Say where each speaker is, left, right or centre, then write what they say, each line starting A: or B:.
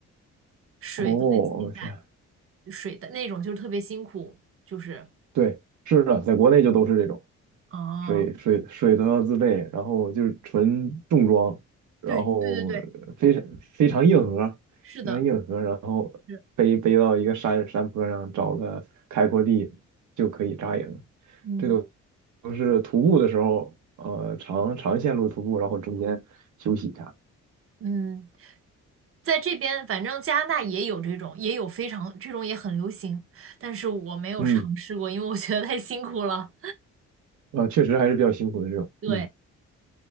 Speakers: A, on the right; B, on the right.
A: 水都得自己带。
B: 哦，我天，
A: 水的那种，就是特别辛苦，就是
B: 对，是的，在国内就都是这种。
A: 哦，
B: 水水水都要自备，然后就是纯重装，然后非常非常硬核，
A: 对对对对，是的，
B: 非常硬核，然后背背到一个山山坡上找个开阔地就可以扎营，
A: 是，嗯
B: 这都都是徒步的时候，呃，长长线路徒步，然后中间休息一下，
A: 嗯，在这边反正加拿大也有这种，也有非常这种也很流行，但是我没有尝试过，
B: 嗯，
A: 因为我觉得太辛苦了。
B: 呃，确实还是比较辛苦的这种，
A: 对，
B: 嗯，